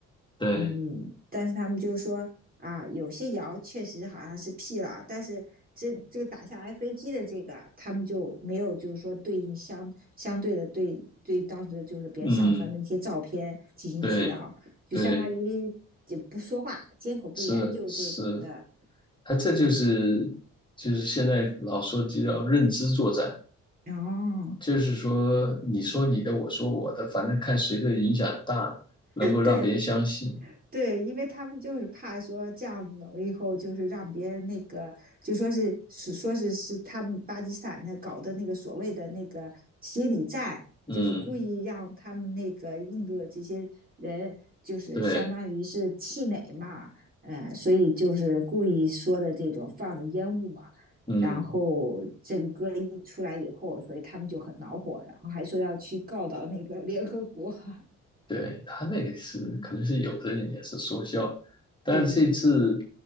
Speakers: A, on the left; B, on the right.
A: 对，
B: 嗯，但是他们就是说啊，有些谣确实好像是辟了，但是这这个打下来飞机的这个啊，他们就没有就是说对应相相对的对对当时就是别人上传的那些照片进行辟谣，
A: 嗯，对，
B: 就相当于也不说话，
A: 对，
B: 缄口不言，
A: 是是，
B: 就是这种的。
A: 他这就是就是现在老说就叫认知作战，
B: 嗯，哦，
A: 就是说你说你的，我说我的，反正看谁的影响大，能够让别人相信。
B: 对，对，因为他们就是怕说这样以后，就是让别人那个，就说是是说是是他们巴基斯坦的搞的那个所谓的那个心理战，
A: 嗯，
B: 就是故意让他们那个印度的这些人，就是相当于是气馁嘛，
A: 对，
B: 嗯，所以就是故意说的这种放的烟雾嘛，
A: 嗯，
B: 然后这个歌一出来以后，所以他们就很恼火，然后还说要去告到那个联合国，<laughs>
A: 对，他那个是可能是有的人也是说笑，
B: 嗯，
A: 但是这次
B: 对，